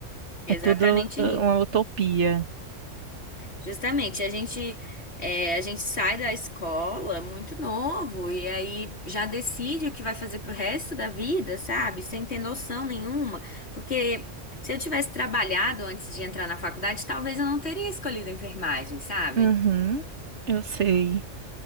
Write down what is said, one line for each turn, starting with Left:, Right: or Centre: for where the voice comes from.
Left: Exatamente
Right: É tudo uh,
Left: isso.
Right: uma utopia.
Left: Justamente, a gente é, a gente sai da escola muito novo e aí já decide o que vai fazer pro resto da vida, sabe? Sem ter noção nenhuma, porque se eu tivesse trabalhado antes de entrar na faculdade, talvez eu não teria escolhido enfermagem, sabe?
Right: Uhum, eu sei.